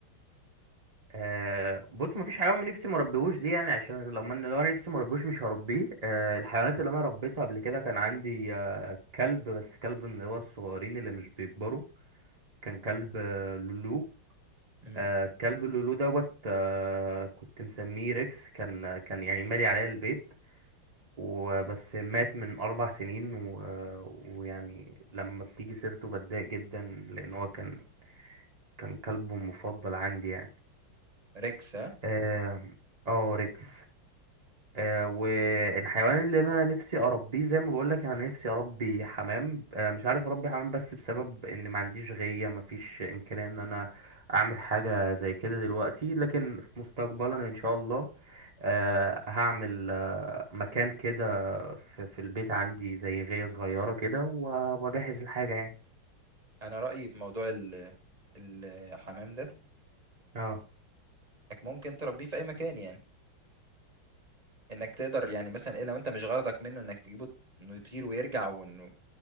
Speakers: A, on the right; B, on the right.
A: آه بص مفيش حيوان نفسي مربيهوش دي يعني عشان لما أنا- لو انا نفسي مربيهوش مش هربيه آه الحيوانات اللي انا ربيتها قبل كده كان عندي آه كلب بس كلب من اللي هو الصغيرين اللي مش بيكبروا كان كلب آه لولو
B: مم.
A: آه كلب لولو دوت آه كنت مسميه ريكس كان كان يعني مالي عليا البيت وبس مات من أربع سنين و... آه، ويعني لما بتيجي سيرته بتضايق جدا لأن هو كان كان كلب مفضل عندي يعني
B: ريكس ها
A: آه، اه ريكس آه، والحيوان اللي انا نفسي اربيه زي ما بقولك انا نفسي اربي حمام آه، مش عارف اربي حمام بس بسبب ان ما عنديش غيه ما فيش امكانيه ان انا اعمل حاجه زي كده دلوقتي لكن في مستقبلا ان شاء الله آه، هعمل آه، مكان كده في في البيت عندي زي غيه صغيره كده و- واجهز الحاجه يعني
B: انا رأيي في موضوع ال... الحمام ده
A: اه
B: انك ممكن تربيه في اي مكان يعني انك تقدر يعني مثلا ايه لو انت مش غرضك منه انك تجيبه انه يطير ويرجع انك